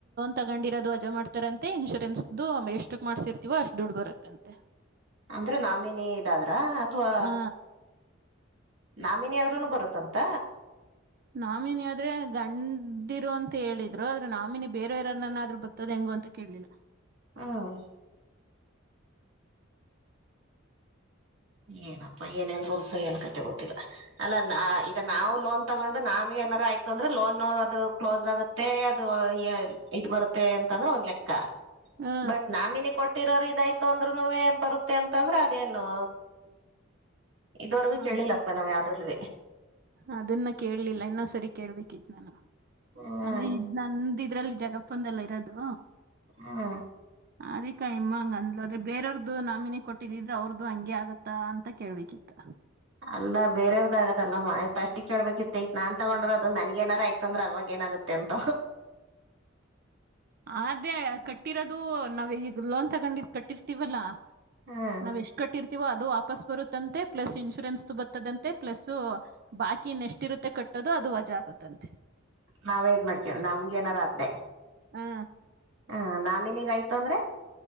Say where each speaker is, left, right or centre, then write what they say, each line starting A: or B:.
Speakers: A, on the right; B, on the right.
A: ತಗೊಂಡಿರೋದು ಅಜ ಮಾಡ್ತಾರ ಅಂತೆ ಇನ್ಶೂರೆನ್ಸ್್ದು ಎಷ್ಟಕ್ ಮಾಡ್ಸಿರ್ತೀವೋ ಅಷ್ಟ್ ದುಡ್ಡು ಬರುತ್ತಂತೆ
B: ಅಂದ್ರೆ ನಾಮೇಿನೇ ಇದಾದ್ರ ಅಥವಾ
A: ಆ
B: ನಾಮಿನ ಆದ್ರೂನು ಬರುತ್ತಂತ
A: ನಾಮಿನಿ ಆದ್ರೆ ಗಂಡಿರು ಅಂತ ಹೇಳಿದ್ರು ಆದ್ರೆ ನಾಮಿನಿ ಬೇರವಾರನ್ನನ್ನಾದ್ರರು ಬೊತ್ತದ್ ಹೆಂಗ ಅಂತ ಕೇಲಿಲ್ಲ
B: ಹ್ಮ್ ಏನಪ್ಪಾ ಏನೇನ್ ರೂಲ್ಸ ಏನ್ ಕತೆ ಗೊತ್ತಿಲ್ಲ ಅಲ್ಲಾ ಈಗ ನಾವು ಲೋನ್ ತಗೊಂಡು ನಾವೇ ಏನಾರ ಆಯ್ತು ಅಂದ್ರೆ ಲೋನ್ ಅದು ಕ್ಲೋಸ್ ಆಗುತ್ತೆ ಅದು ಇದದು ಬರುತ್ತೆ ಅಂತಂದ್ರೆ ಒಂದ್ ಲೆಕ್ಕ
A: ಆ
B: ಬಟ್ ನಾಮಿನಿ ಕೊಟ್ಟಿರೋರು ಇದಾಯ್ತು ಅಂದ್ರುನು ಬರುತ್ತೆ ಅಂತಂದ್ರೆ ಅದೇನು ಇದವರೆಗೂ
A: ಅದ್
B: ಕೇಳಿಲ್ಲಪ್ಪಾ ನಾವ್ ಯಾವ್ದ್ರಲ್ೂ
A: ಅದನ್ನ ಕೇಳಲಿಲ್ಲ ಇನ್ನೊ ಸರಿ ಕೇಳ್ಬೇಕಿತ್ತು ನಾನು
B: ಹ್ಮ್
A: ಅಂದ್ರೆ ಇದ್ ನಂದ ಇದ್ರಲ್ಲಿ ಜಗಪ್ಪಂದೆಲ್ಲ ಇರೋದು
B: ಹಾ
A: ಅದಿಕ ಇಮ್ಮಂಗ ಅಂದ್ ಆದ್ರೆ ಬೇರವ್ರದು ನಾಮಿನಿ ಕೊಟ್ಟಿದಿದ್ರೆ ಅವ್ರದು ಹಂಗಗೆ ಆಗತ್ತ ಅಂತ ಕೇಳ್ಬೇಕಿತ್ತ
B: ಅಲ್ಲ ಬೇರೆಯವದ್ದ ಆಗದಲ್ಲ ಮಫಸ್ಟ್ಕ್ ಕೇಳ್ಬೇಕಿತ್ತು ಈಗ ನಾನ್ ತಗೊಂಡ್ರರು ಅದು ನನ್ ಏನಾರಯ್ತ ಅಂದ್ರೆ ಅವಾಗ ಏನಾಗುತ್ತೆ ೆಂತ
A: ಆದೇ ಕಟ್ಟಿರೋದು ನಾವ್ ಈಗ ಲೋನ್ ತಗೊಂಡಿ ಕಟ್ಟಿರ್ತೀವಲ್ಲಾ
B: ಹ್ಮ್
A: ನಾವ್ ಎಷ್ಟ್ ಕಟ್ಟಿರ್ ಅದು ವಾಪಸ್ ಬರುತ್ತಂತೆ ಪ್ಲಸ್ ಇನ್ಶೂರೆನ್ಸ್ದು ಬತ್ತದಂತೆ ಪ್ಲಸ್ ಬಾಕಿ ಇನ್ನು ಎಷ್ಟ ಇರುತ್ತೆ ಕಟ್ಟ ಟ್ಟೋದು ಅದು ವಜಾ ಆಗುತ್ತಂತೆ
B: ನಾವೇದ್ ಮಾಡ್ಕೇಣ ನಮ್ಗೆನರದ್ರೆ
A: ಹ
B: ಹ ನಾಮೇನೀಗೆ ಆಯ್ತು ಅಂದ್ರೆ